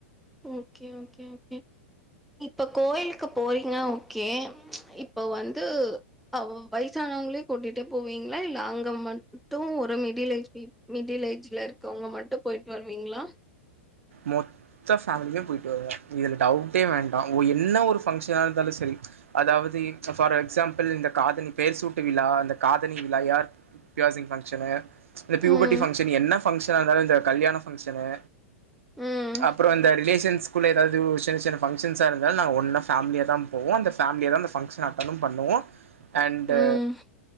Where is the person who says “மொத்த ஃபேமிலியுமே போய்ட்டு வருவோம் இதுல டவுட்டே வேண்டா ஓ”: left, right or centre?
Right